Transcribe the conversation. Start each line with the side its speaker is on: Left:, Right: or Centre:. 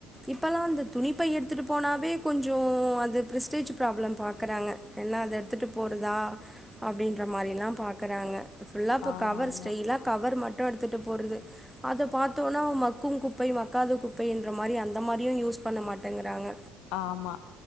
Centre: இப்பெல்லா அந்த துணிப்பை எடுத்துட்டு போனாவே கொஞ்சோ அது பிரிஸ்டேஜ் ப்ராப்ளம் பாக் றாங்க எல்லா அத எடுத்துட்டு போறதா அப்டின்ற மாரி எல்லா பாக்றாங்க ஃபுல்லா இப்ப
Left: ஆமா
Centre: கவர்
Left: ஆமா
Centre: ஸ்டைலா கவர் மட்டு எடுத்துட்டு போறது அத பாத்தோனா மக்கு குப்பை மக்காத குப் பைன்ற மாரி அந்த மாரியு யூஸ் பண்ண மாட்டேங்றாங்க
Left: ஆமா